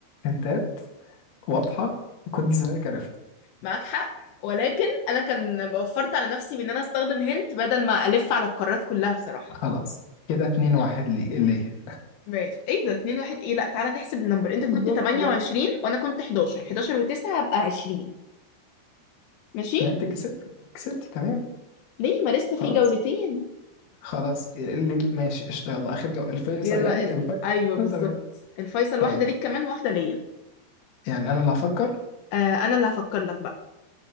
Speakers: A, on the left; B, on the left.
A: هنتات واضحة كنت زمانك عرفت
B: معاك حق ولكن انا كان وفرت على نفسي بان انا استخدم هنت بدل ما الف على القارات كلها بصراحه
A: خلاص كده اتنين واحد لي ليا
B: ماشي ايه ده 2 1 ايه لا تعالى نحسب النمبر انت
A: الظلم
B: كنت 28
A: ده
B: وانا كنت 11 11 و9 هبقى 20 ماشي
A: ما انت كسبت كسبت تمام
B: ليه ما لسه
A: خلاص
B: في جولتين
A: خلاص اللي ماشي قشطة يلا اخر جو الفيصل
B: يلا
A: يعني
B: ال...
A: الفيصل
B: ايوه بالظبط
A: تمام
B: الفيصل
A: طيب
B: واحده ليك كمان واحده ليا
A: يعني انا اللي هفكر
B: آه انا اللي هفكر لك بقى